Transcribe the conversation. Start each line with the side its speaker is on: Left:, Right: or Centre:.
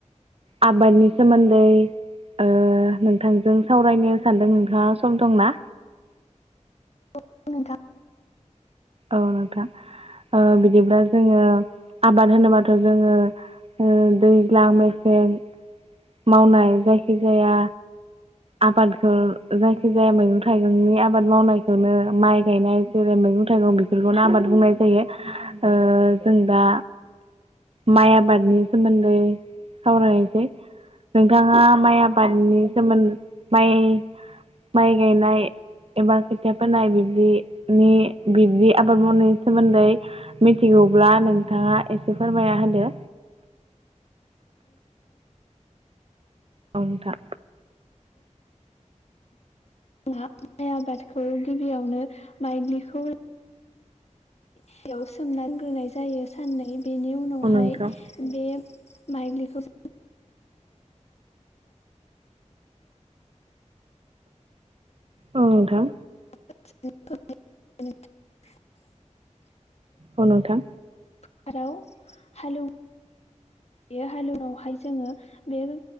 Right: आबादनि सोमोन्दै ओ नोंथांजों सावरायनो सानदों नोंथांआ सम दंना
Left: औ नोंथां
Right: औ नोंथां ओ बिदिब्ला जोङो आबाद होनोबाथ' जोङो ओ दैज्लां मेसें मावनाय जायखि जाया आबाखो जायखिजाया मैगं थाइगंनि आबाद मावनायखौनो माइ गायनाय जेरै मैगं थाइगं बे बेफोरखौनो आबाद बुंनाय जायो ओ जों दा माइ आबादनि सोमोनदै सावरायनोसै नोंथांआ माइ आबादनि सोमोन्दो माइ माइ गायनाय एबा खोथिआ फोनाय बिबदिनि बिब्दि आबाद मावनायनि सोमोन्दै मिथिगौब्ला नोंथांआ एसे फोरमायना होदो औ नोंथां
Left: जोंहा माइ आबादखौ गिबिआवनो मायज्लिखौ सायाव सोमना दोनग्रोनाय जायो साननै बेनि उनावहाय
Right: औ नोंथां
Left: ओ बे माइज्लिखौ
Right: ओ औ नोंथां
Left: <unintelligible>
Right: औ नोंथां
Left: थाराव हालौ बे हालौ नायावहाय जोङो बे ओ